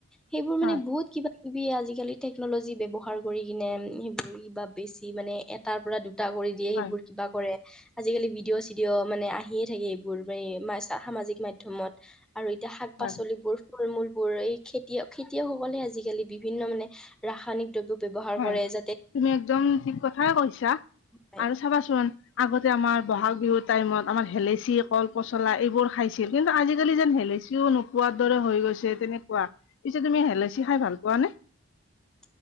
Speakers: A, in the centre; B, on the left (about 60°).
A: সেইবোৰ মানে
B: হয়
A: বহুত কিবা কিবি আজিকালি টেকনলজি ব্যৱহাৰ কৰি কিনে সেইবোৰ কিবা বেছি মানে এটাৰ পৰা দুটা কৰি দিয়ে সেইবোৰ
B: হয়
A: কিবা কৰে। আজিকালি ভিডিঅ' চিডিঅ' মানে আহিয়ে থাকে এইবোৰ ম-সামাজিক মাধ্যয়মত। আৰু এতিয়া শাক
B: হয়
A: পাচলিবোৰ, ফল মূল বোৰ এই খেতিয়ক-খেতিয়কসকলে আজিকালি বিভিন্ন মানে ৰাসায়নিক দ্ৰব্য ব্যৱহাৰ
B: হয়,
A: কৰে যাতে
B: তুমি একদম ঠিক কথাই কৈছা
A: আহ,
B: আৰু চাবাচোন ন আগতে আমাৰ বহাগ বিহু টাইমত আমাৰ হেলেচি কল পচলা এইবোৰ খাইছিল কিন্তু আজিকালি যেন হেলাইচিও নোপোৱাৰ দৰে হৈ গৈছে তেনেকুৱা, পিছে তুমি হেলেচি খাই ভাল পোৱা নে?
A: <inaudible>